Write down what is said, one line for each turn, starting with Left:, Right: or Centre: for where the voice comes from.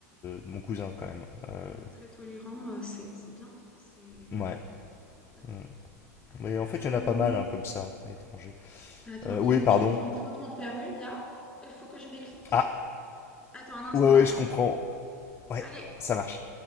Left: de mon cousin quand même. Euh,
Centre: euh, très tolérant. euh, c'est c'est bien. C'est ouais,
Left: Ouais.
Centre: ouais.
Left: Mm. Mais en fait,
Centre: Euh,
Left: il y en a pas mal hein, comme ça, à l'étranger.
Centre: Attends,
Left: Euh, oui,
Centre: il y a mon
Left: pardon.
Centre: chat qui est en train de m'en faire une là. Il faut que je m'éclipse.
Left: Ah,
Centre: Attends un instant.
Left: ouais, ouais, je comprends. Ouais,
Centre: Allez.
Left: ça marche.